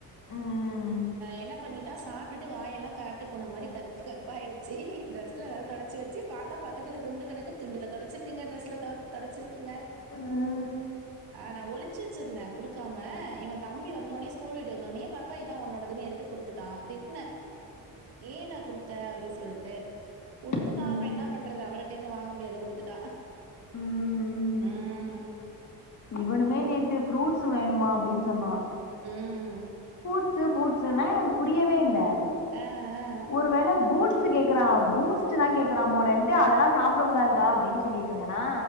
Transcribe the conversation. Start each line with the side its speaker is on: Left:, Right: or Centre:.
Left: ம்
Right: என்ன பண்ணிட்டா சா ப்ட்டு வாயெல்லா காட்டு பூன மாரி கருப்பு கருப்பா ஆயிடுச்சு ட்ரெஸ்ல வேற தொடச்சி வெச்சு பாத்தா பக்கத்துல துண்டு கடக்கு துண்டுல தொடைச்சிருக்குங்க ட்ரெஸ்ல தொடைச்சிருக்குங்க
Left: ஆ
Right: ஆ நான் ஒளிச்சு வெச்சிருந்தேன் குடுக்காம இவன் தம்பி வந்த ஒடனே ஸ்கூல் வீட்டு வந்தோடனே பா ப்பா இத உன்னோடதுன்னு எடுத்து குடுத்துட்டான் திட்டன ஏன்டா குடுத்த அப்டி சொல்லிட்டு கொடுத்துட்டா
Left: ம்
Right: அப்பறம் என்ன பண்றது அவளிட்டே இருந்து வாங்க முடியாது குடுத்துட்டா
Left: ம்
Right: ம்.
Left: இவனுமே நேத்து ஃப்ரூட்ஸ் வேணுமா அப்டின்னு சொன்னா
Right: ம்
Left: புட்சு புட்சுன்னா எனக்கு புரியவே இல்ல
Right: ஆ, ஆ.
Left: ஒரு வேள பூட்ஸ் கேக்குறா பூஸ்ட் கேக்குறா போலன்ட்டு அதெல்லா சாப்ட கூடாதுடா அப்டின் சொல்லிட்டு இருந்தேனா